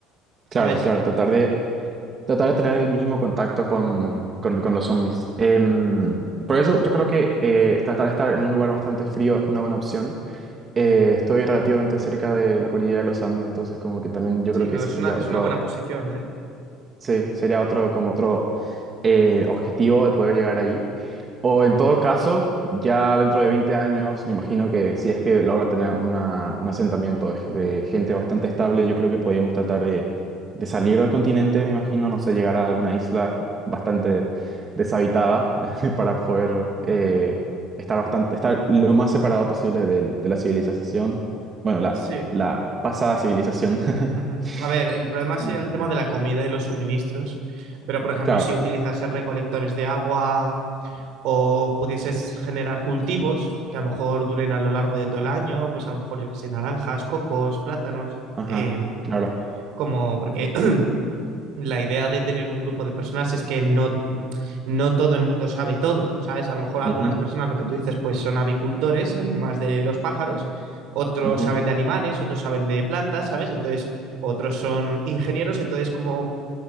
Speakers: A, on the right (about 60°); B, on the right (about 25°).
A: ¿sabes?
B: Claro, claro. Tratar de, tratar de tener el mínimo contacto con,
A: Ujú.
B: con- con los zombies. Em, por eso yo creo que eh, tratar de estar en un lugar bastante frío es una buena opción. Eh, estoy relativamente cerca de la cordillera de los Andes, entonces como que también yo
A: Sí,
B: creo que
A: no,
B: ese
A: es
B: sería
A: una, es
B: otro,
A: una buena posición, ¿eh?
B: sí, sería otro, como otro eh, objetivo de poder llegar ahí. O en todo caso, ya dentro de 20 años, me imagino que si es que logra tener una- un asentamiento de, ge- de gente bastante estable, yo creo que podríamos tratar de, de salir del continente, me imagino, no sé, llegar a alguna isla bastante deshabitada <laughs> para poder
A: Ujú.
B: eh, estar bastante, estar lo más separado posible del- de, la civilización, bueno, la,
A: Sí.
B: la pasada civilización. <laughs>
A: Ujú. A ver, el problema sería
B: Mm.
A: el tema de la comida y los suministros, pero por ejemplo,
B: Claro,
A: si utilizases recolectores de agua, o pudieses generar cultivos que a lo mejor duren a lo largo de todo el año, pues a lo mejor yo que sé, naranjas, cocos, plátanos,
B: ajá,
A: eh,
B: claro.
A: como porque <clears throat> la idea de tener un grupo de personas es que no, no todo el mundo sabe todo, ¿sabes? A lo mejor algunas
B: ujú,
A: personas, lo que tú dices, pues son avicultores, saben más de los pájaros, otros
B: ujú.
A: saben de animales, otros saben de plantas, ¿sabes? Entonces, otros son ingenieros, entonces como